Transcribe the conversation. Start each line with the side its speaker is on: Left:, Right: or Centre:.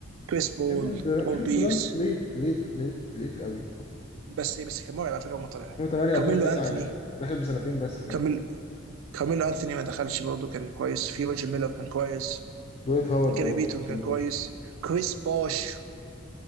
Right: كريس بول
Left: كيفن دورانت
Right: بول
Left: كيفن
Right: بيرس
Left: دورانت ليت ليت ليت ليت قوي
Right: بس بس كان مرعب على فكره لما طلع
Left: 2008
Right: كارميلو
Left: 2009
Right: انثوني
Left: يعني دخل بسنتين بس فاهم
Right: كارميلو كارميلو انثوني ما دخلش برضه كان كويس في روجر ميلر كان كويس
Left: دويت هاورد
Right: جاري
Left: برضه
Right: بيتون
Left: في السنتر
Right: كان كويس كريس باش